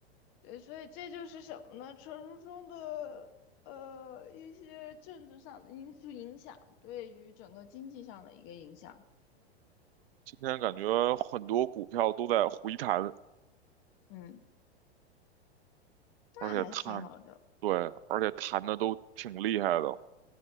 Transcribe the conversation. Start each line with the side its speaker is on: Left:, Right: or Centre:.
Left: 对，所以这就是什么呢？传说中的呃一些政治上的因素影响对于整个经济上的一个影响，
Right: 今天感觉很多股票都在回弹，
Left: 嗯，那还挺好的，
Right: 而且弹，对，而且弹的都挺厉害的，